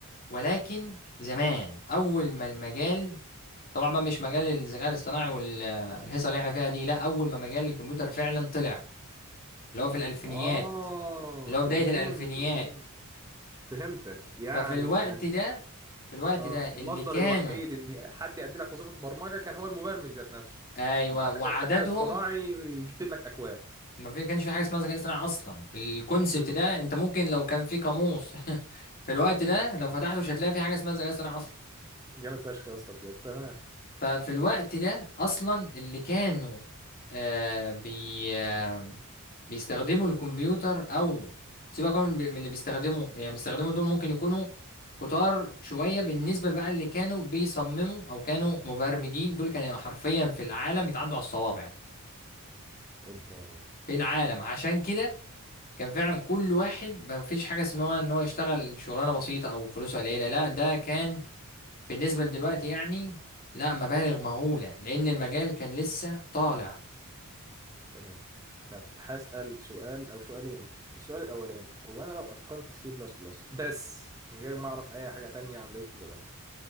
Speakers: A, on the left (about 40°); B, on the right (about 15°).
A: ولكن زمان اول ما المجال طبعا ما مش مجال الذكاء الاصطناعي والهيصة اللي احنا فيها دي لا اول ما مجال الكمبيوتر فعلا طلع اللي هو في الالفينيات
B: اه
A: اللي
B: فهمت
A: هو بداية الالفينيات
B: فهمت فهمتك يعني
A: ففي الوقت
B: كان
A: ده في الوقت
B: اه
A: ده اللي
B: المصدر
A: كانوا
B: الوحيد ان حد يأدي لك وظيفه برمجه كان هو المبرمج ذات نفسه
A: ايوه
B: ما عندك
A: وعددهم
B: الذكاء الاصطناعي يكتب لك اكواد
A: ما في كانش في حاجه اسمها ذكاء اصطناعي اصلا الكونسبت
B: امم
A: ده انت ممكن لو كان في قاموس <laughs> في الوقت ده لو فتحته مش هتلاقي في حاجه اسمها ذكاء اصطناعي اصلا
B: جامد فشخ يا اسطى بجد تمام
A: ففي الوقت ده اصلا اللي كانوا آه بي آه بيستخدموا الكمبيوتر او سيبك من من اللي بيستخدموا يعني بيستخدموا دول ممكن يكونوا كتار شويه بالنسبه بقى اللي كانوا بيصمموا او كانوا مبرمجين دول كانوا حرفيا في العالم يتعدوا على الصوابع
B: اوبا
A: في العالم عشان كده كان فعلا كل واحد ما فيش حاجة اسمها ان هو يشتغل شغلانة بسيطة او فلوسه قليلة لا ده كان بالنسبة لدلوقتي يعني لا مبالغ مهولة لان المجال كان لسه طالع
B: تمام طب هسأل سؤال أو سؤالين السؤال الأولاني هو أنا لو أتقنت السي بلس بلس بس من غير ما أعرف أي حاجة تانية عن بقية اللغات